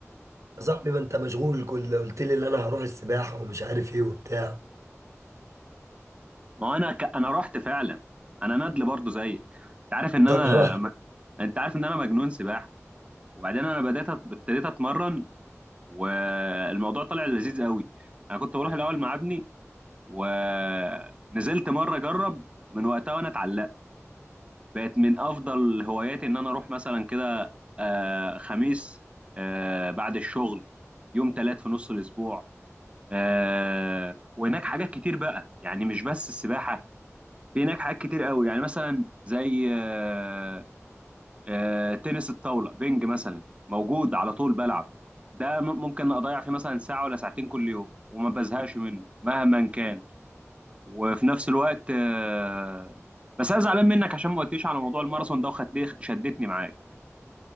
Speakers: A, on the right; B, on the right.
A: يا صاحبي ما انت مشغول كل قلت لي ان انا هروح السباحة ومش عارف ايه وبتاع
B: ما هو انا ك... انا رحت فعلا انا ندل برضو زيك انت عارف ان
A: طبعا
B: انا م...
A: <laughs>
B: انت عارف ان انا مجنون سباحه وبعدين انا بدات أت- ابتديت اتمرن والموضوع طلع لذيذ قوي انا كنت بروح الاول مع ابني ونزلت مره اجرب من وقتها وانا اتعلقت بقت من افضل هواياتي ان انا اروح مثلا كده آه، خميس آه، بعد الشغل يوم تلات في نص الاسبوع آه، وهناك حاجات كتير بقى يعني مش بس السباحه في هناك حاجات كتير قوي يعني مثلا زي آه، آه، تنس الطاوله بينج مثلا موجود على طول بلعب ده م- ممكن اضيع فيه مثلا ساعه ولا ساعتين كل يوم وما بزهقش منه مهما كان وفي نفس الوقت آه، بس انا زعلان منك عشان ما قلتليش على موضوع الماراثون ده وخدت شدتني معاك